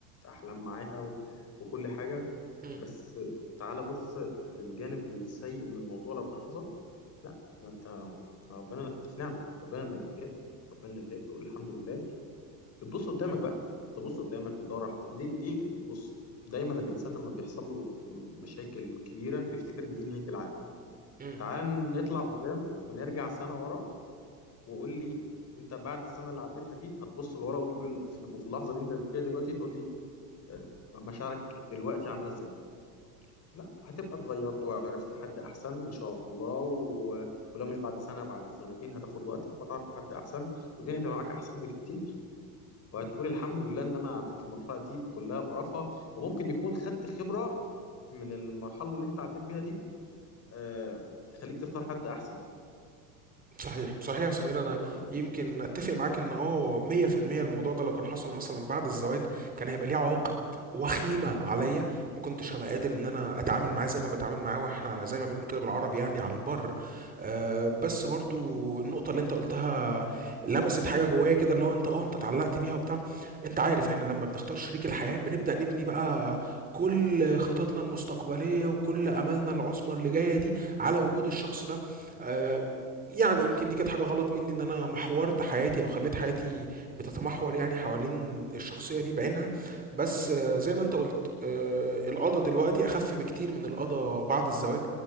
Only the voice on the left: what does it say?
احلام معاها و... وكل حاجه
بس تعال بص للجانب السيء من الموضوع لو كان حصل لا ده انت ربنا انت في نعمه ربنا نجاك ربنا نجاك تقول الحمد لله تبص قدامك بقى تبص قدامك وتدور على- حد. دي دي بص دايما الانسان لما بيحصل له مشاكل كبيره بيفتكر ان دي نهايه العالم
تعال نطلع قدام ونرجع سنه ورا وقول لي انت بعد السنه اللي عديتها دي هتبص لورا وتقول ال- وفي اللحظه اللي انت فيها دلوقتي تقول لي آه، مشاعرك دلوقتي عامله ازاي لا هتبقى اتغيرت وعرفت حد احسن ان شاء الله و... ولو مش بعد سنه بعد سنتين هتاخد وقتك وهتعرف حد احسن والدنيا هتبقى معاك احسن بكتير وهتقول الحمد لله ان انا عديت المرحله دي كلها بقرفها وممكن يكون خدت خبره من المرحله اللي انت عديت بيها دي أه... تخليك تختار حد احسن
فاهم